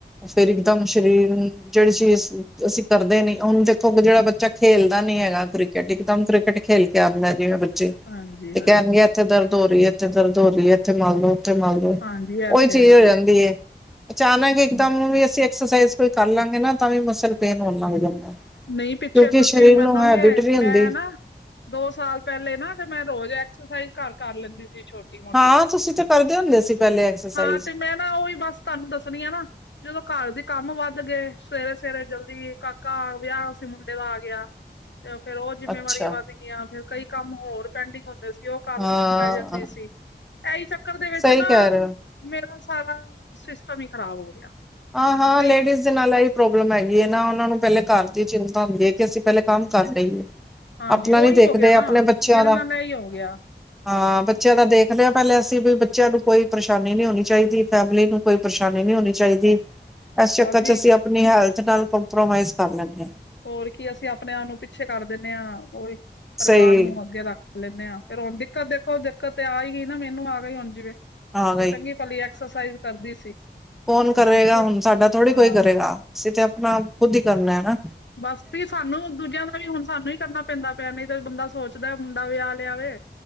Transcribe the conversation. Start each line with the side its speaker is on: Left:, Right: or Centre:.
Centre: ਫੇਰ ਇੱਕਦਮ ਸਰੀਰ ਨੂੰ ਜਿਹੜੀ ਚੀਜ਼ ਅਸੀਂ ਕਰਦੇ ਨੀ, ਹੁਣ ਦੇਖੋ ਜਿਹੜਾ ਬੱਚਾ। ਖੇਲਦਾ ਨੀ ਹੈਗਾ ਕ੍ਰਿਕਟ ਇੱਕਦਮ ਕ੍ਰਿਕਟ ਖੇਲ ਕੇ ਆਉਂਦਾ ਜਿਵੇਂ
Left: ਹਾਂਜੀ
Centre: ਤੇ
Left: ਹਾਂਜੀ
Centre: ਕਹਿਣਗੇ ਇੱਥੇ ਦਰਦ ਹੋ ਰਹੀ ਏ, ਇੱਥੇ ਦਰਦ ਹੋ ਰਹੀ ਏ, ਇੱਥੇ ਮਲ ਦੋ ਔਥੇ ਮਲਦ ਔਈ
Left: ਹਾਂਜੀ ਇਹ ਤੇ
Centre: ਚੀਜ਼
Left: ਹੈ ਹੀ
Centre: ਹੋ ਜਾਂਦੀ
Left: ਹੈ।
Centre: ਏ, ਅਚਾਨਕ ਇੱਕਦਮ
Left: ਹਾਂ।
Centre: ਨੂੰ ਵੀ ਅਸੀਂ ਐਕਸਸਾਈਜ਼ ਕੋਈ ਕਰ ਲਾਂਗੇ ਨਾ ਤਾਂ ਵੀ ਮਸਲ ਪੇਨ ਹੋ ਲਗ ਜਾਂਦਾ।
Left: ਨਹੀਂ ਪਿੱਛੇ
Centre: ਕਿਉਂਕਿ
Left: ਤੁਸੀਂ
Centre: ਸਰੀਰ
Left: ਮੰਨੋਗੇ,
Centre: ਨੂੰ ਹੈਬਿਟ ਨੀ ਹੁੰਦੀ
Left: ਮੈਂ ਨਾ ਦੋ ਸਾਲ ਪਹਿਲੇ ਨਾ, ਤੇ ਮੈਂ ਰੋਜ਼ ਐਕਸਰਸਾਈਜ਼ ਘਰ ਕਰ ਲੈਂਦੀ ਸੀ ਛੋਟੀ ਮੋਟੀ
Centre: ਹਾਂ, ਤੁਸੀਂ ਤਾਂ ਕਰਦੇ ਹੁੰਦੇ ਸੀ ਪਹਿਲੇ ਐਕਸਰਸਾਈਜ਼।
Left: ਹਾਂ ਤੇ ਮੈਂ ਉਹੀ ਬਸ ਤੁਹਾਨੂੰ ਦੱਸਣੀ ਆ ਨਾ ਜਦੋਂ ਘਰ ਦੇ ਕੰਮ ਵੱਧ ਗਏ, ਸਵੇਰੇ, ਸਵੇਰੇ ਜਲਦੀ ਕਾਕਾ ਵਿਆਹ ਔਸੀ ਮੁੰਡੇ ਦਾ ਆ ਗਿਆ, ਤੇ ਫੇਰ ਔਹ ਜਿੰਮੇਵਾਰੀ
Centre: ਅੱਛਾ
Left: ਵਧ ਗ ਯਾ, ਫੇਰ ਕਈ ਕੰਮ ਹੋਰ ਪੈਂਡਿੰਗ ਹੁੰਦੇ ਸੀ ਔਹ ਕਾਰਲਮ
Centre: ਹਾਂ
Left: ਬਹਿ ਜਾਂਦੀ ਸੀ, ਇਹੀ ਚੱਕਰ ਦੇ ਵਿੱਚ
Centre: ਸਹੀ
Left: ਨਾ
Centre: ਕਹਿ ਰਹੇ ਹੋ
Left: ਮੇਰਾ ਸਾਰਾ, ਸਿਸਟਮ ਹੀ ਖ਼ਰਾਬ ਹੋ ਗਿਆ।
Centre: ਹਾਂ, ਹਾਂ
Left: ਨਹੀਂ
Centre: ਲੇਡੀਜ਼ ਦੇ ਨਾਲ ਇਹੀ ਪ੍ਰੋਬਲਮ ਹੈਗੀ ਹੈ ਨਾ, ਉਹਨਾਂ ਨੂੰ ਪਹਿਲੇ ਘਰ ਦੀ ਚਿੰਤਾ ਹੁੰਦੀ ਹੈ ਕਿ ਅਸੀਂ ਪਹਿਲੇ ਕੰਮ ਕਰ ਲਈਏ।
Left: ਹਾਂਜੀ
Centre: ਆਪਣਾ ਨੀ
Left: ਉਹੀ
Centre: ਦੇਖਦੇ
Left: ਹੋ ਗਿਆ ਨਾ
Centre: ਆਪਣੇ ਬੱਚਿਆਂ
Left: ਮੇਰੇ
Centre: ਦਾ,
Left: ਨਾਲ ਇਹੀ ਹੋ ਗਿਆ
Centre: ਹਾਂ ਬੱਚਿਆਂ ਦਾ ਦੇਖ ਹਲੇ ਆ ਪਹਿਲ ਅਸੀਂ ਵੀ ਬੱਚਿਆਂ ਨੂੰ ਕੋਈ ਪਰੇਸ਼ਾਨੀ ਨਹੀਂ ਹੋਣੀ ਚਾਹੀਦੀ, ਫੈਮਿਲੀ ਨੂੰ ਕੋਈ ਪਰੇਸ਼ਾਨੀ ਨਹੀਂ ਹੋਣੀ ਚਾਹੀਦੀ। ਇਸ ਚੱਕਰ
Left: ਬਸ ਜੀ
Centre: 'ਚ ਅਸੀਂ ਆਪਣੀ ਹੈਲਥ ਨਾਲ ਕੰਪਰੋਮਾਈਜ਼ ਕਰ ਲੈਂਦੇ ਹਾਂ।
Left: ਹੋਰ ਕੀ, ਅਸੀਂ ਆਪਣੇ ਆਪ ਨੂੰ ਪਿੱਛੇ ਕਰ ਦਿੰਦੇ ਹਾਂ ਉਹੀ ਪਰਿਵਾਰ
Centre: ਸਹੀ
Left: ਨੂੰ ਅੱਗੇ ਰੱਖ ਲੈਂਦੇ ਹਾਂ, ਫੇਰ ਹੁਣ ਦਿੱਕਤ ਦੇਖੋ ਦਿੱਕਤ ਤੇ ਆ ਹੀ ਗਈ ਨਾ ਮੈਨੂੰ ਆ ਗਈ ਹੁਣ ਜਿਵੇਂ।
Centre: ਆ
Left: ਮੈਂ ਚੰਗੀ ਪਲੀ ਐਕਸਰਸਾਈਜ਼ ਕਰਦੀ ਸੀ।
Centre: ਕੋਨ
Left: ਹੁਣ
Centre: ਕਰੇਗਾ
Left: ਛੁੱਟ ਗਈ
Centre: ਹੁਣ ਸਾਡਾ ਥੋੜ੍ਹੀ ਕੋਈ
Left: ਹਾਂ
Centre: ਕਰੇਗਾ, ਅਸੀਂ ਤੇ ਆਪਣਾ ਖੁਦ ਹੀ ਕਰਨਾ ਹੈਨਾ।
Left: ਬਸ ਵੀ ਸਾਨੂੰ, ਦੂਜਿਆਂ ਨੂੰ ਵੀ ਹੁਣ ਸਾਨੂੰ ਹੀ ਕਰਨਾ ਪੈਂਦਾ ਪਿਆ, ਨਹੀਂ ਤੇ ਬੰਦਾ ਸੋਚਦਾ ਮੁੰਡਾ ਵਿਆਹ ਲਿਆਵੇ।